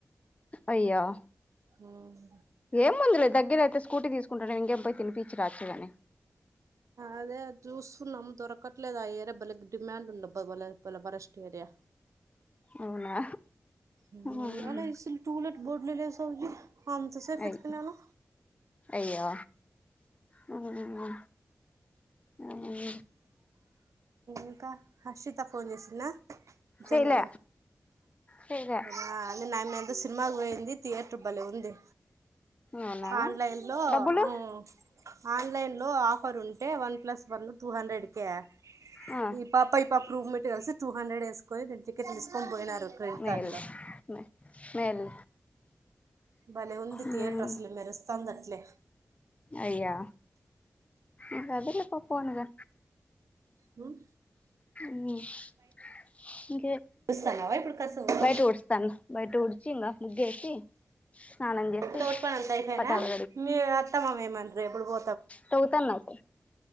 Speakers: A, on the left; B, on the right.
A: అయ్యో
B: మ్మ్
A: ఏముందిలే దగ్గర అయితే స్కూటీ తీసుకుంటా నే ఇంకేం పోయి తినిపించిరాచ్చు గాని
B: అదే జుస్తున్నాం దొరకట్లేదు ఆ ఏరియా భలే డిమాండ్ ఉందబ్బ బలే భలే వరెస్ట్ ఏరియా
A: అవునా
B: ఇంగ
A: మ్మ్
B: లేదు అస్సలు టూలెట్ బోడ్లే లేవు సౌజి అంత సేపు
A: అయ్
B: వెతికినాను
A: అయ్యో మ్మ్ హు మ్మ్ హు
B: ఇంకా హర్షిత ఫోన్ చేసిన్న
A: చేయలే
B: సెల్లు లో
A: చేయలే
B: ఆహా నిన్న అయమ్మే సినిమాకు పోయింది థియేటర్ భలే ఉంది
A: అవునా
B: ఆన్లైన్ లో
A: డబ్బులు
B: ఉ ఆన్లైన్లో ఆఫర్ ఉంటే one plus one two hundred కే
A: ఆ
B: ఈ పాప ఈ పాప రూమ్మేట్ కలిసి టూ హండ్రెడ్ ఎస్ కొని రెండు టికెట్లు తీసుకొని పోయినారు క్రెడిట్
A: మేల్
B: కార్డ్ లో
A: మే మేల్
B: భలే ఉంది
A: మ్మ్
B: థియేటర్ అస్సలు మెరుస్తంది అట్లే
A: అయ్యా ఇంక వద్దులే పో పోనీగా
B: మ్మ్
A: మ్మ్
B: ఉడుస్తాన్నావా ఇప్పుడు కసువు
A: బయట ఊడుస్తాను బయట ఊడ్చి ఇంగ ముగ్గేసి స్నానం చేసి
B: తోట్ పని అంతా అయిపాయిన
A: పటాలు
B: మీ అత్త మామ ఏమంటారు ఎప్పుడు పో
A: తోగుతన్నాం